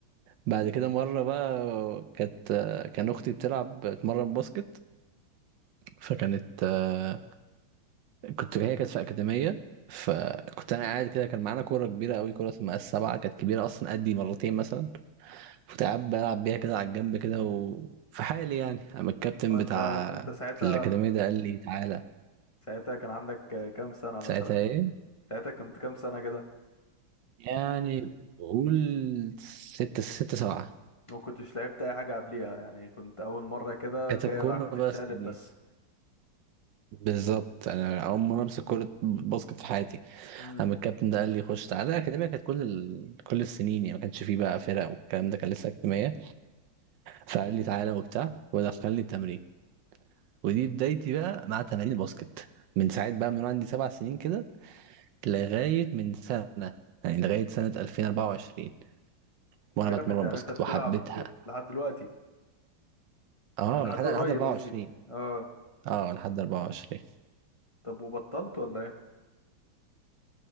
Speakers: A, on the right; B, on the left.
A: بعد كده مرة بقى كانت كان أختي بتلعب بتمرن باسكت فكانت آه، كنت هي كانت في أكاديمية فكنت أنا قاعد كده كان معانا كورة كبيرة أوي كورة اسمها السبعة كانت كبيرة أصلا قدي مرتين مثلا كنت قاعد بلعب بيها كده على الجنب كده وفي حالي يعني أما الكابتن
B: وانت
A: بتاع
B: انت ساعتها
A: الأكاديمية ده قال لي تعالى
B: ساعتها كان عندك كام سنه مثلا
A: ساعتها إيه
B: ساعتها كنت كام سنه كده
A: يعني قول ستة ستة سبعة
B: ما كنتش لعبت اي حاجه قبليها يعني كنت اول مره كده
A: كانت
B: جاي
A: الكورة
B: راح بتتشقلب
A: بس دي
B: بس
A: بالظبط أنا أول مرة أمسك كورة باسكت في حياتي
B: امم
A: اما الكابتن ده قال لي خش تعالى الاكاديميه كانت كل ال... كل السنين يعني ما كانش فيه بقى فرق والكلام ده كان لسه اكاديميه فقال لي تعالى وبتاع ودخلني التمرين ودي بدايتي بقى مع تمارين الباسكت من ساعه بقى من وأنا عندي سبع سنين كده لغايه من سنه يعني لغايه سنه 2024 وانا
B: جامد
A: بتمرن
B: يعني
A: باسكت
B: انت بتلعب
A: وحبيتها
B: لحد دلوقتي
A: اه
B: يعني لحد
A: لحد
B: قريب
A: لحد 24
B: قصدي اه
A: اه لحد 24
B: طب وبطلت ولا ايه